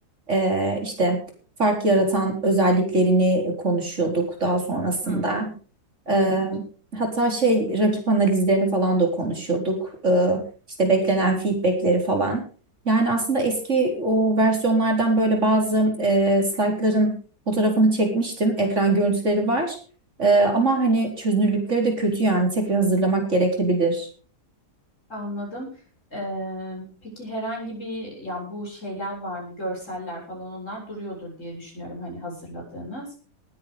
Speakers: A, on the right (about 45°); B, on the left (about 45°).
A: Ee, işte fark yaratan özelliklerini konuşuyorduk daha sonrasında.
B: Hı hı, evet.
A: Eee, hatta şey rakip analizlerini falan da konuşuyorduk. Eee, işte beklenen feedbackleri falan. Yani aslında eski o versiyonlardan böyle bazı eee slaytların fotoğrafını çekmiştim. Ekran görüntüleri var. Eee, ama hani çözünürlükleri de kötü yani tekrar hazırlamak gerekebilir.
B: Anladım. Ee, peki herhangi bir ya bu şeyler var mı? Görseller falan onlar duruyordur diye düşünüyorum hani hazırladığınız.